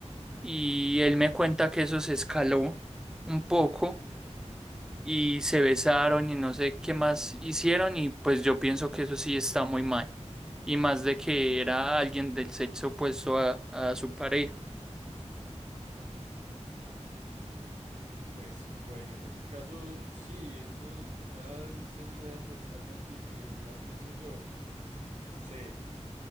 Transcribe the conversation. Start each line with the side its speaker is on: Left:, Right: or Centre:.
Centre: y él me cuenta que eso se escaló un poco y se besaron y no sé qué más hicieron y pues yo pienso que eso sí está muy mal y más de que era alguien del sexo opuesto a, a su pareja.
Right: pues bueno, en ese caso sí, eso ya sería <laughs> totalmente infidelidad, pienso yo. No sé.